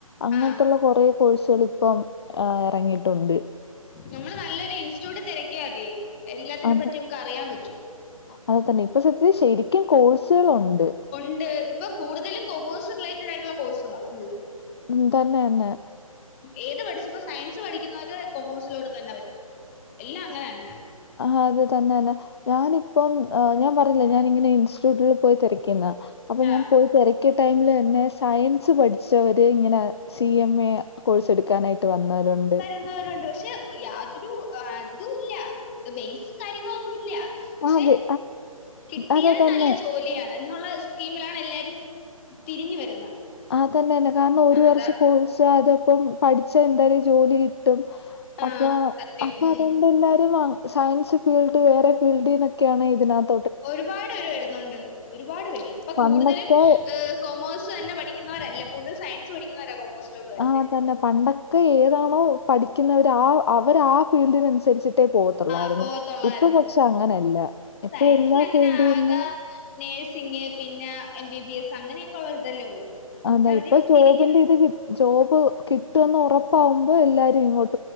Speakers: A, on the left; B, on the left.
A: അങ്ങൻത്തൊള്ള
B: ആ
A: കുറേ കോഴ്സുകൾ ഇപ്പം ഇറങ്ങിയിട്ടുണ്ട്
B: നമ്മള് നല്ലൊരു ഇൻസ്റ്റിറ്റ്യൂട്ട് തിരക്കാ മതി എല്ലാത്തിനെ
A: അത്
B: പറ്റി നമുക്ക് അറിയാൻ പറ്റും
A: അത് തന്നെ ഇപ്പ സത്യ ശരിക്കും കോഴ്സുകളുണ്ട്
B: ഉണ്ട് ഇപ്പം കൂടുതലും കൊമേഴ്സ് റിലേറ്റഡ് ആയിട്ടുള്ള കോഴ്സുകളാ ഫുള്ള്
A: ഉം തന്നെ തന്നെ
B: ഏത് പഠിച്ചപ്പോ സയൻസ് പഠിക്കുന്നവര് കൊമേഴ്സിലോട്ട തന്നെ വരുന്ന എല്ലാം അങ്ങന തന്നാണ്
A: ആ അത് തന്നെന്നെ ഞാനിപ്പം ഞാൻ പറഞ്ഞില്ല ഞാനിങ്ങനെ ഇൻസ്റ്റിറ്റ്യൂട്ടിൽ പോയി തിരക്കിയെന്ന് അപ്പൊ
B: ആ
A: ഞാൻ പോയി തിരക്കിയ ടൈമില് തന്നെ സയൻസ് പഠിച്ചവര് ഇങ്ങനെ സി എം എ കോഴ്സ് എടുക്കാനായിട്ട് വന്നവരുണ്ട്
B: ണ്ട് പക്ഷെ യാതൊരു ഇതും ഇല്ല ബേസ് കാര്യങ്ങളൊന്നുംല്ല പക്ഷെ
A: ആഹ്
B: കിട്ടിയ
A: അത് തന്നെ
B: നല്ല ജോലിയാണ് എന്നുള്ള സ്കീമിലാണ് എല്ലാരും തിരിഞ്ഞു വരുന്നത്
A: ആ തന്നന്നെ കാരണം ഒരു
B: ആ,
A: വർഷം
B: അതാ
A: കോഴ്സ് അതപ്പം പഠിച്ചാ എന്തായാലും ജോലി കിട്ടും
B: ആ
A: അപ്പ
B: സത്യം
A: അപ്പൊ
B: ഉം
A: അതൊണ്ട് എല്ലാരും സയൻസ് ഫീൽഡ് വേറെ ഫീൽഡിന്നൊക്കെയാണ് ഇതിനാത്ത്
B: ഒരുപാട് പേര് വരുന്നുണ്ട് ഒരുപാട് പേര് ഇപ്പൊ
A: പണ്ടൊക്കെ
B: കൂടുതലും ഏഹ് കൊമേഴ്സ് തന്നെ പഠിക്കുന്നവരല്ല കൂടുതൽ സയൻസ് പഠിക്കുന്നവരാ കൊമേഴ്സിലോട്ട് വരുന്നത്
A: ആ തന്നെ പണ്ടൊക്കെ ഏതാണോ പഠിക്കുന്നവര് ആ അവര് ആ ഫീൽഡിന് അനുസരിച്ചിട്ടേ പോത് ത്തൊള്ളായിരുന്നു
B: ആ പോകത്തുള്ളായിരുന്നു
A: ഇപ്പൊ പക്ഷെ അങ്ങനല്ല ഇപ്പൊ
B: സയൻസിൽ
A: എല്ലാം
B: അങ്ങനെ
A: ഫീൽഡിന്ന്
B: ആകെ നേഴ്സിങ് പിന്നെ എം ബി ബി എസ് അങ്ങനെയൊക്കെ ഉള്ള ഇതല്ലേ ഉള്ളൂ അതുകൊണ്ട്
A: അതാ
B: അവര്
A: ഇപ്പൊ ജോബിന്റെ
B: തിരിഞ്ഞ് വരും.
A: ഇത് ജോബ് കിട്ടുമെന്ന് ഉറപ്പാവുമ്പോ എല്ലാരും ഇങ്ങോട്